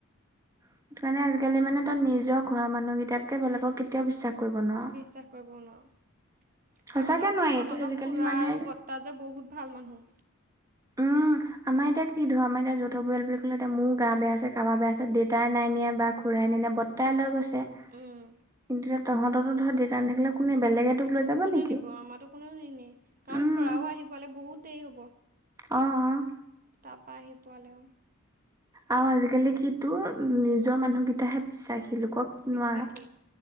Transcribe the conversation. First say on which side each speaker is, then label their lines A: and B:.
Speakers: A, on the right (about 15°); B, on the right (about 40°).
A: সেইটো কাৰণে আজিকালি মানে তই নিজৰ ঘৰৰ মানুহকেইটাতকে বেলেগক কেতিয়াও বিশ্বাস কৰিব নোৱাৰ।
B: বিশ্বাস কৰিব নোৱাৰ
A: সঁচাকে
B: তহঁতৰ
A: নোৱাৰি
B: -তহঁতৰ
A: তো আজিকালি
B: খুৰা
A: মানুহে
B: আৰু বৰ্ত তা যে বহুত ভাল মানুহ।
A: উম আমাৰ এতিয়া কি ধৰ আমাৰ এতিয়া যৌথ পৰিাল বুলি ক'লে এতিয়া মোৰ গা বেয়া আছে কাৰোবাৰ বেয়া আছে ডেত তাই নাই নিয়া বা খুৰাই নাই নিয়া বৰ্তাই লৈ গৈছে
B: উম।
A: কিন্তু ত তহঁতটো ধৰ দেউতা নাথাকিলে কোনে বেলেগে তোক লৈ যাব
B: কোনে
A: নেকি
B: নিব আমাৰতো কোনেও নিনিয়ে কাৰণ
A: উম
B: খুৰাও আহি পুৱালে বহুত দেৰি হ'ব।
A: অঁ', অঁ'।
B: তাৰপৰা আহি পোৱালেও।
A: আৰু আজিকালি কি তোৰ নিজৰ মানুহকেইটাহে বিশ্বাসী। লোকক
B: বিশ্বাসী
A: নোৱাৰ।